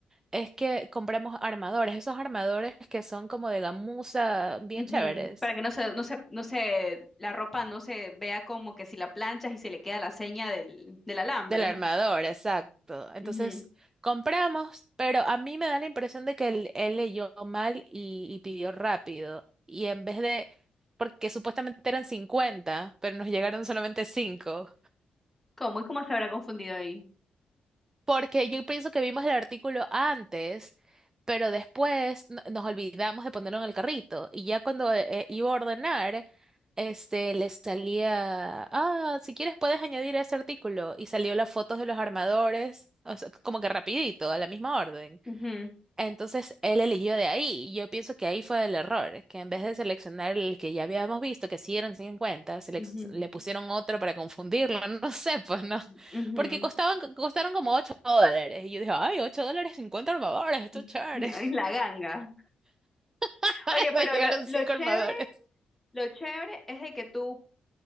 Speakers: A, on the right; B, in the centre.
A: es que compramos armadores, esos armadores que son como de gamuza bien
B: Ujú,
A: chéveres.
B: Para que no se, no se, no se, la ropa no se vea como que si la planchas y se le queda la seña del, del alambre.
A: Del armador, exacto. Entonces
B: Ujú.
A: compramos, pero a mí me da la impresión de que él, él leyó mal y, y pidió rápido. Y en vez de, porque supuestamente eran 50, pero nos llegaron solamente 5.
B: ¿Cómo? ¿Y cómo se habrá confundido ahí?
A: Porque yo pienso que vimos el artículo antes, pero después no- nos olvidamos de ponerlo en el carrito. Y ya cuando eh, eh, iba a ordenar, este, le salía, ah, si quieres puedes añadir ese artículo. Y salió las fotos de los armadores, o sea, como que rapidito, a la misma orden.
B: Ujú,
A: Entonces él eligió de ahí. y Yo pienso que ahí fue el error, que en vez de seleccionar el que ya habíamos visto, que sí eran 50, selec-
B: ujú,
A: le pusieron otro para confundirlo. <laughs> No sé, pues no.
B: ujú, ujú.
A: Porque costaban, costaron como 8 dólares. Y yo dije, ay, 8 dólares, 50 armadores, esto
B: <laughs>
A: es chévere.
B: Ay, La ganga.
A: <laughs> Ay,
B: Oye, pero
A: me llegaron
B: lo, lo
A: 5
B: chévere.
A: armadores.
B: Lo chévere es de que tú